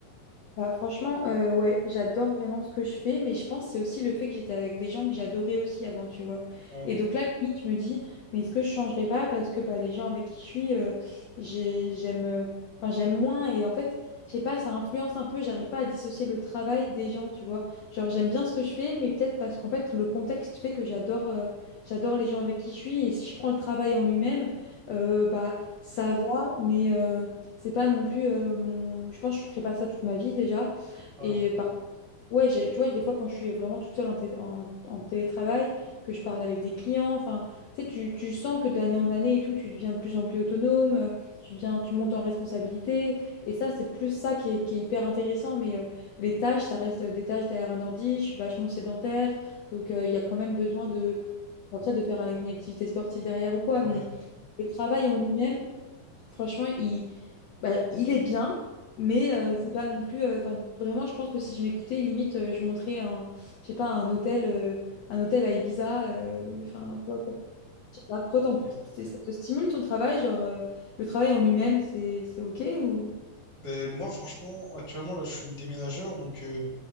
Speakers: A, on the left; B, on the right.
A: Bah, franchement, euh, ouais, j'adore vraiment ce que je fais, mais je pense que c'est aussi le fait que j'étais avec des gens que j'adorais aussi avant, tu vois.
B: Ouais,
A: Et donc là, à la limite, je me dis, mais est-ce que je changerais pas parce que bah, les gens avec qui je suis, euh, j'ai- j'aime, euh, enfin, j'aime moins. Et en fait, je sais pas, ça influence un peu, j'arrive pas à dissocier le travail des gens, tu vois. Genre, j'aime bien ce que je fais, mais peut-être parce qu'en fait, le contexte fait que j'adore euh, j'adore les gens avec qui je suis. Et si je prends le travail en lui-même, euh, bah, ça va, mais... euh, c'est pas non plus euh, mon. Je pense que je ferai pas ça toute ma vie déjà.
B: ouais,
A: Et
B: ouais.
A: par ouais, j'ai- tu vois, des fois quand je suis vraiment toute seule en, télé- en- en télétravail, que je parle avec des clients, enfin, tu sais, tu, tu sens que d'année en année et tout, tu deviens de plus en plus autonome, euh, tu deviens, tu montes en responsabilité. Et ça, c'est plus ça qui est, qui est hyper intéressant. Mais euh, les tâches, ça reste euh, des tâches derrière un ordi. Je suis vachement sédentaire, donc euh, il y a quand même besoin de après de faire un- une activité sportive derrière ou quoi.
B: ouais,
A: Mais le travail en lui-même, franchement, il bah, il est bien, mais euh, c'est pas non plus. euh, Enfin, vraiment, je pense que si je m'écoutais, limite, euh, je montrais un, je sais pas, un hôtel, euh, un hôtel à Ibiza. euh, Enfin, toi, je sais pas, toi, t'en-
B: <laughs> ok.
A: c'est- ça te stimule ton travail, genre euh, le travail en lui-même, c'est c'est ok ou
B: Ben, moi, franchement, actuellement, là, je suis déménageur, donc euh,